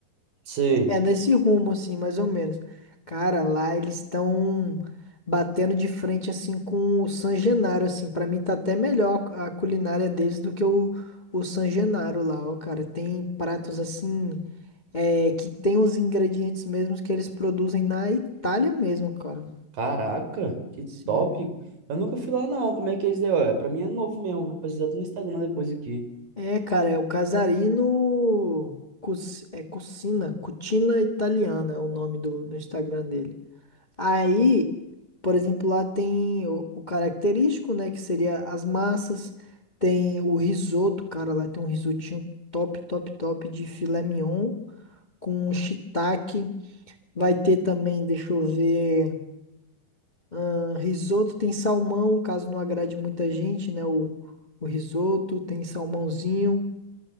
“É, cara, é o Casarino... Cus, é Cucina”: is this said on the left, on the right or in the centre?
Left